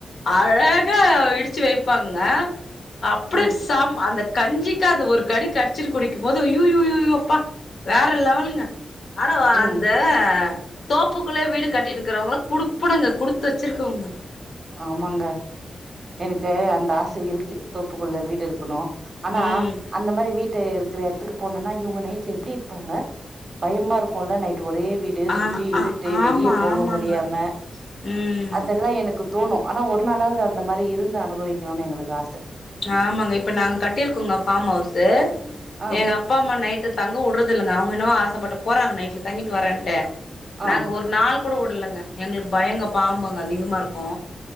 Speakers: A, on the left; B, on the right.
A: அழகா இடிச்சு வைப்பாங்க அப்டி
B: ம்
A: தாம் அந்த கஞ்சிக்கு அந்த ஒரு கடி கடிச்சுரு குடிக்கு போது ஐயூ ஐயூ ஐயூ யூ அப்பா வேற லெவலுங்க ஆனா வ
B: ம்
A: அந்த தோப்புக்குள்ள வீடு கட்டிருக்றவங்கள குடுப்பனங்க குடுப் த்து வச்சிருக்கவுங்க
B: ஆமாங்க எனக்கு அந்த ஆச இருக்கு தோப்புக்குள்ள வீடு இருக்கணு ஆனா
A: ம்
B: அந்த மாரி வீட்டு இருக்கிற எடத்துக்கு போனோன்னா இவுங்க நைட்ல எப்டி இருப்பாங்க பயமா இருக்கோல்ல நைட் ஒரே வீடு
A: ஆ
B: சுத்தி இருட்டு
A: ஆ
B: வெளியே
A: ஆமா
B: போக
A: ஆமாங்க
B: முடியாம
A: ம்
B: அதெல்லா எனக்கு தோணு ஆனா ஒரு நாளாவது அந்த மாரி இருந்து அனுபவிக்கணும்னு எங்களுக்கு ஆச
A: ஆமாங்க இப்ப நாங்க கட்டிருக்கோங்க பாம் ஹவுசு
B: ஆ
A: எங்க அப் அப்பா அம்மா நைட் தங்க வுடுறது இல்லங்க அவங்க என்னவோ ஆசப்பட்டு போறாங்க நைட்ல தங்கிட்டு வரன்ட்டு
B: ஆ
A: நாங்க ஒரு நாள் கூட வுடலங்க எங்களுக்கு பயோங்க பாம்புங்க அதிகமா இருக்கோ